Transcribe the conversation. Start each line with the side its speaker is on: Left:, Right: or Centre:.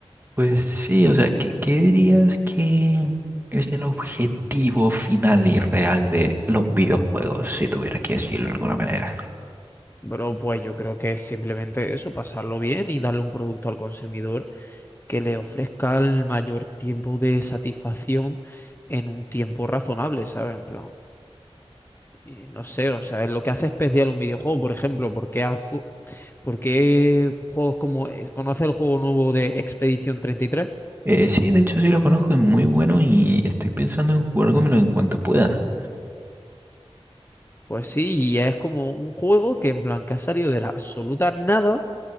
Right: Pues sí, o sea, ¿qué, qué dirías que es el objetivo final y real de los videojuegos, si tuvieras que decirlo de alguna manera?
Left: Bro, pues yo creo que es simplemente eso, pasarlo bien y darle un producto al consumidor que le ofrezca el mayor tiempo de satisfacción en un tiempo razonable, ¿sabes? En plan, eh, no sé, o sea, es lo que hace especial un videojuego, por ejemplo, ¿por qué, hace- por qué juegos como... eh, ¿Conoce el juego nuevo de Expedición 33?
Right: Eh, sí, de hecho sí lo conozco, es muy bueno y estoy pensando en jugármelo en cuanto pueda.
Left: Pues sí, y es como un juego que en plan que ha salido de la absoluta nada,